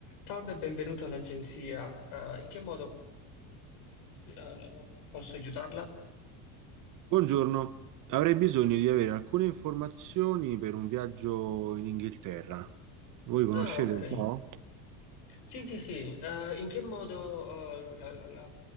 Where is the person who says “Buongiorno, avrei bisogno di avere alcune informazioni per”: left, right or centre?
Right